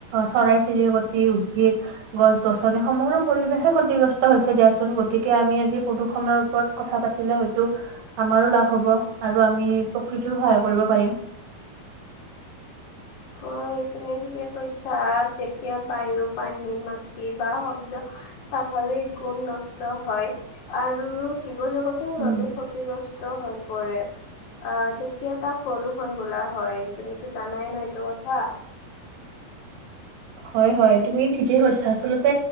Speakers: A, on the right; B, on the left.
A: চৰাই চিৰিকতি, উদ্ভিদ গছ গছনি, সমগ্ৰ পৰিৱেশে ক্ষতিগ্ৰস্ত হৈছে দিয়াচোন, গতিকে আমি আজি প্ৰদূষণৰ ওপৰত কথা পাতিলে হয়তো আমাৰো লাভ হ'ব আৰু আমি প্ৰকৃতিৰো সহায় কৰিব পাৰিম।
B: অ, তুমি ঠিকে কৈছা। যেতিয়া বায়ু, পানী, মাটি বা শব্দ স্বাভাৱিক গুণ নষ্ট হয়, আৰু জীৱ জগতৰ
A: উম
B: বাবে ক্ষত তিগ্ৰস্ত হৈ পৰে। আহ তেতিয়া তাক প্ৰদূৰ্ষণ বোলা হয়। তুমিতো জানাই ন এইটো কথা!
A: হয়, হয়, তুমি ঠিকেই কৈছা। আচলতে